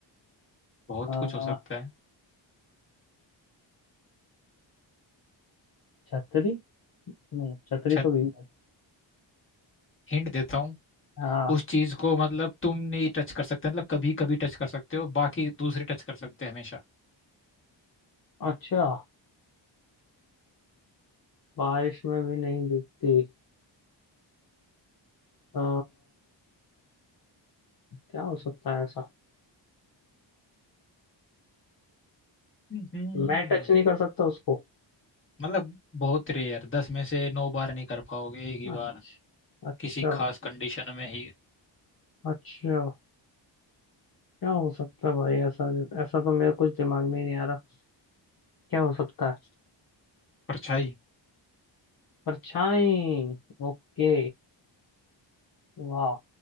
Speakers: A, on the left; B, on the left.
A: बहुत
B: आ,
A: कुछ हो सकता है
B: छतरी नहीं छतरी
A: अच्छा
B: तो भीग जाती
A: हिंट देता हूँ
B: हाँ
A: उस चीज को मतलब तुम नहीं टच कर सकते मतलब कभी कभी टच कर सकते हो बाकी दूसरे टच कर सकते हैं हमेशा
B: अच्छा बारिश में भी नहीं भीगती आ, क्या हो सकता है ऐसा
A: हम्म
B: मैं टच नहीं कर सकता उसको
A: मतलब बहुत रेयर दस में से नौ बार नहीं कर पाओगे एक ही
B: अच्छा
A: बार
B: अच्छा
A: किसी खास कंडीशन में ही
B: अच्छा क्या हो सकता है भाई ऐसा ऐसा तो मेरे कुछ दिमाग में ही नहीं आ रहा क्या हो सकता है
A: परछाई
B: परछाई ओके वाह